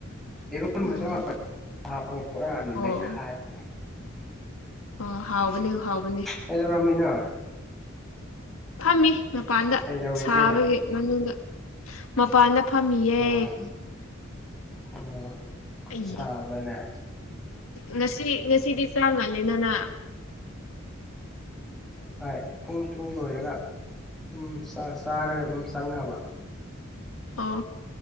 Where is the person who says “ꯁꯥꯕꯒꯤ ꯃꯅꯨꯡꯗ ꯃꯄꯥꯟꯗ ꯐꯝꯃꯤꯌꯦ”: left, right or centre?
Left